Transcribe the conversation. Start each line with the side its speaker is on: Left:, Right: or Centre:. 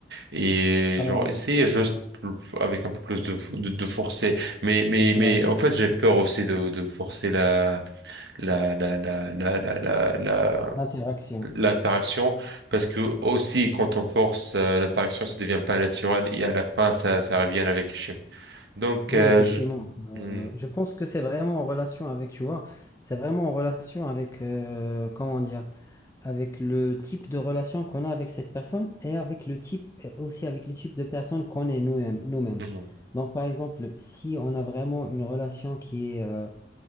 Right: et
Left: Euh,
Right: genre essayer juste avec un peu plus de, fo- de, de forcer. Mais, mais,
Left: ouais,
Right: mais en fait, j'ai peur aussi de, de forcer la, la, la, la, la, la, la, la-
Left: l'interaction.
Right: l'interaction parce que aussi quand on force euh, l'interaction, ça devient pas naturel et à la fin, ça, ça revient avec échec. Donc,
Left: Oui,
Right: euh,
Left: effectivement.
Right: je...
Left: Euh,
Right: Mhm,
Left: je pense que c'est vraiment en relation avec, tu vois, c'est vraiment en relation avec, euh, comment dire, avec le type de relation qu'on a avec cette personne et avec le type, et aussi avec le type de personne qu'on est nous-mêmes, nous-mêmes.
Right: mhm,
Left: Donc, par exemple, si on a vraiment une relation qui est, euh,